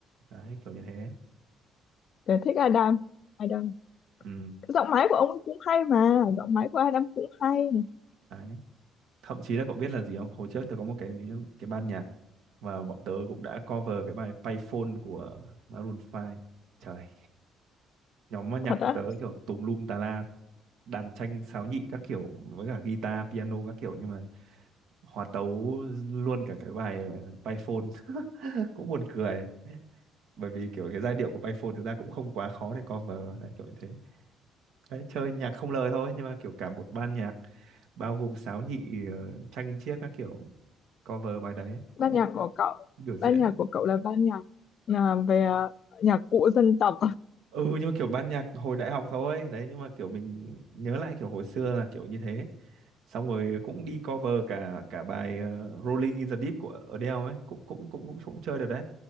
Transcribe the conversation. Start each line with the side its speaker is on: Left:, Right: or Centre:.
Right: đấy kiểu như thế
Left: Tớ thích Adam Adam
Right: ừ.
Left: giọng máy của ông ấy cũng hay mà giọng máy của Adam cũng hay
Right: đấy thậm chí là cậu biết là gì không hồi trước tớ có một cái cái ban nhạc và bọn tớ cũng đã cover cái bài Payphone của Maroon 5 trời nhóm âm nhạc
Left: thật
Right: của
Left: á
Right: tớ kiểu tùm lum tà la đàn tranh sáo nhị các kiểu với cả guitar piano các kiểu nhưng mà hòa tấu luôn cả cái bài ờ, Python <laughs> cũng buồn cười bởi vì kiểu cái giai điệu của payphone thực ra cũng không quá khó để cover đấy kiểu như thế đấy chơi nhạc không lời thôi nhưng mà kiểu cả một ban nhạc bao gồm sáo nhị ờ, tranh chiếc các kiểu cover bài đấy cũng
Left: ban nhạc
Right: đi
Left: của cậu
Right: biểu diễn
Left: ban nhạc của cậu là ban nhạc à, về à, nhạc cụ dân tộc
Right: ừ nhưng mà kiểu ban nhạc hồi đại học thôi đấy nhưng mà kiểu mình nhớ lại kiểu hồi xưa là kiểu như thế xong rồi cũng đi cover cả cả bài ờ, Rolling in the Deep của Adele ấy cũng cũng cũng cũng, cũng chơi được đấy